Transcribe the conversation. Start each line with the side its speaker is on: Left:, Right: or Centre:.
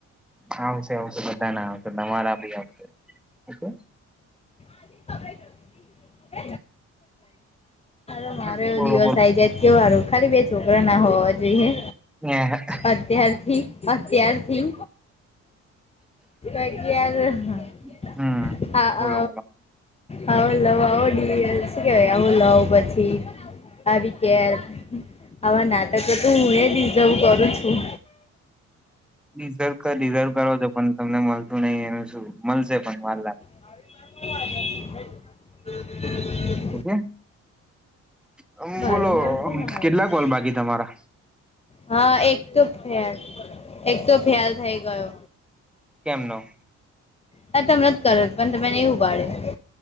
Centre: આવશે આવશે બધા ના આવશે તમારા બી આવશે ઓકે
Left: <unintelligible> અ મારો
Centre: હમ
Left: એવો
Centre: બોલો
Left: દિવસ
Centre: બોલો
Left: આઈ જાય કેવારું ખાલી બે છોકરા ના હોવા જોઈએ.
Centre: ઈ યા
Left: અત્યારથી અત્યારથી અગિયાર હ
Centre: હમ
Left: આ
Centre: બોલો
Left: અ
Centre: બોલો
Left: આઓ લવ આવો કેવાય આવું લવ પછી આવી કે આવા નાટકો તો હું એ રીઝ કરું છું
Centre: રિઝર્વ કર રિઝર્વ કરો છો પણ તમને મળતું નહી એનું શું મળશે પણ વાર
Left: <inaudible>
Centre: ઓકે હમ્મ
Left: ભારે
Centre: બોલો
Left: ને ભારે કોના હાથ
Centre: કેટલા કોલ બાકી તમારા
Left: હા એક તો ફેલ એક તો ફેલ થઈ ગયો
Centre: કેમ નો
Left: મે તમને જ કર્યો પણ તમે નઈ ઉપાડયો.